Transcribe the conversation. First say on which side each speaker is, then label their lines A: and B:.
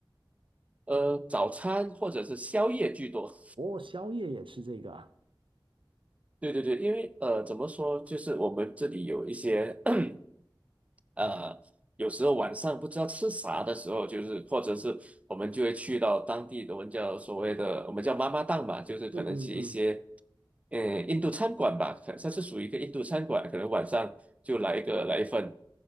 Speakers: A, on the right (about 15°); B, on the right (about 80°).
A: 呃，早餐或者是宵夜居多。
B: 哦，宵夜也吃这个啊。
A: 对对对，因为呃，怎么说，就是我们这里有一些 <coughs> <clears throat> 呃，有时候晚上不知道吃啥的时候，就是或者是我们就会去到当地的，我们叫所谓的我们叫妈妈档嘛，就是可能去一些
B: 嗯嗯嗯
A: 呃印度餐馆吧，可它是属于一个印度餐馆，可能晚上就来一个来一份，